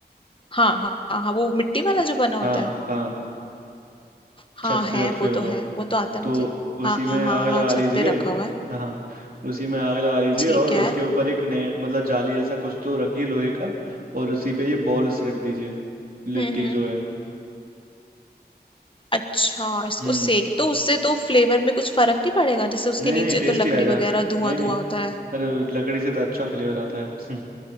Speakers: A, on the left (about 30°); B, on the right (about 55°).
A: हाँ हाँ हाँ हाँ वो मिट्टी वाला जो बना होता
B: हाँ
A: है
B: हाँ
A: हाँ
B: छत
A: है
B: पे वत पे
A: वो
B: होगा
A: तो है वो तो आता है
B: तो
A: मुझे
B: उसी
A: हाँ हाँ
B: में
A: हाँ
B: आग लगा
A: हाँ छत
B: लीजिए
A: पे रखा हुआ है
B: हाँ उसी में आग लगा लीजिए
A: ठीक
B: और
A: है
B: उसके ऊपर एक नेट मतलब जाली जैसा कुछ तो रखिए लोहे का और उसी पे ये बॉल्स रख दीजिए लिट्टी
A: हम्म हम्म
B: जो है
A: अच्छा इसको
B: हम्म
A: सेक तो उससे तो फ्लेवर में कुछ फर्क नहीं पड़ेगा जैसे उसके
B: नहीं नहीं
A: नीचे
B: टेस्टी
A: तो लकड़ी
B: आएगा
A: वगैरह धुआं
B: नहीं नहीं
A: धुआं होता है
B: अरे लकड़ी से तो अच्छा फ्लेवर आता है <laughs>